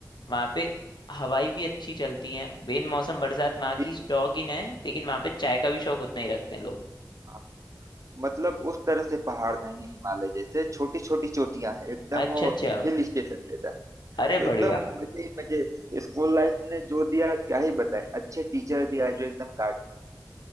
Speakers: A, on the left; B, on the right.
A: वहाँ पे हवाई भी अच्छी चलती हैं बेन मौसम बरसात वहाँ
B: जी
A: की शौकीन
B: जी
A: है लेकिन वहाँ पे चाय का भी शौक उतना ही रखते हैं लोग
B: हाँ। मतलब उस तरह से पहाड़ नहीं है हिमालय जैसे छोटी छोटी चोटियां हैं एकदम
A: अच्छा
B: वो
A: अच्छा
B: हिल स्टेशन जैसा तो
A: अरे
B: एकदम
A: बढ़िया
B: मजे ही मजे स्कूल लाइफ ने जो दिया क्या ही बताए अच्छे टीचर दिया जो एकदम